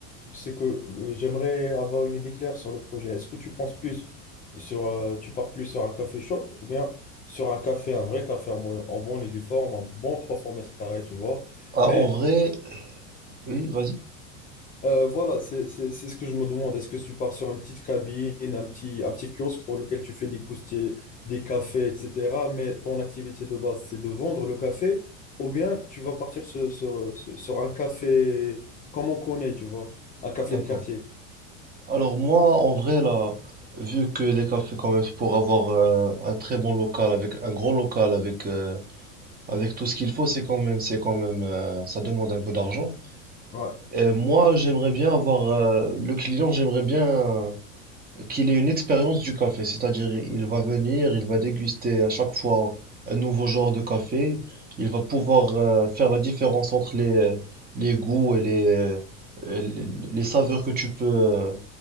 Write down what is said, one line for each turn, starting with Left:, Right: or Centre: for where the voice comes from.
Left: c'est que euh, j'aimerais avoir une idée claire sur le projet. Est-ce que tu penses plus sur, euh, tu pars plus sur un café shop ou bien sur un café, un vrai café en bon, en bon et due forme, en bon 300 mètres carrés, tu vois,
Right: Ah,
Left: mais
Right: en vrai, oui, vas-y,
Left: Euh, voilà, c'est c'est- c'est ce que je me demande. Est-ce que tu pars sur une petite cabine, un petit, un petit kiosque dans lequel tu fais des coustiers, des cafés, etc. Mais ton activité de base, c'est de vendre le café, ou bien tu vas partir sur, sur, sur sur un café comme on connaît, tu vois, un café
Right: d'accord.
Left: de quartier.
Right: Alors moi, en vrai, là, vu que les cafés, quand même, pour avoir euh, un très bon local, avec un grand local, avec, euh, avec tout ce qu'il faut, c'est quand même, c'est quand même, euh, ça demande un peu d'argent.
Left: Ouais.
Right: Euh, moi, j'aimerais bien avoir, euh, le client, j'aimerais bien euh, qu'il ait une expérience du café, c'est-à-dire il va venir, il va déguster à chaque fois un nouveau genre de café, il va pouvoir euh, faire la différence entre les, euh, les goûts et les, euh, les, les saveurs que tu peux, euh,